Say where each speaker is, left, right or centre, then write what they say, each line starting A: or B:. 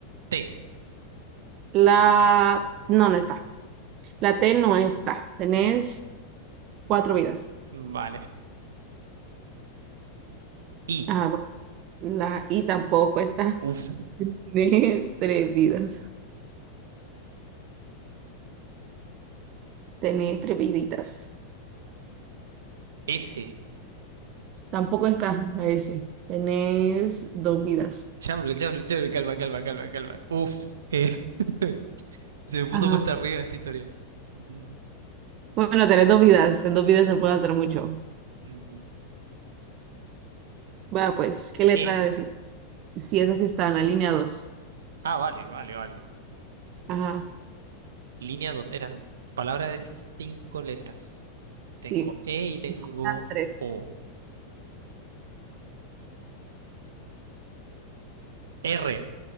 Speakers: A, on the right; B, on the right.
A: T.
B: La... No, no está. La T no está. Tenés cuatro vidas.
A: Vale. I.
B: Ah, bueno. La I tampoco está.
A: Uf.
B: <laughs> Tenés tres vidas. Tenés tres viditas.
A: S.
B: Tampoco está la S. Tenés dos vidas.
A: Chamble, chamble, chamble. Calma, calma, calma, calma. Uf. Eh, <laughs> se me puso
B: Ajá.
A: cuesta arriba esta historia. Ujú,
B: Bueno, tenés dos vidas. En dos vidas se puede hacer mucho.
A: ujú.
B: Va, pues, ¿qué letra
A: E.
B: decir? Sí, esa sí está en la línea 2.
A: Ah, vale, vale, vale.
B: Ajá,
A: Línea 2 eran palabras de cinco letras. Tengo
B: sí.
A: E y tengo
B: Me faltan tres.
A: O. R,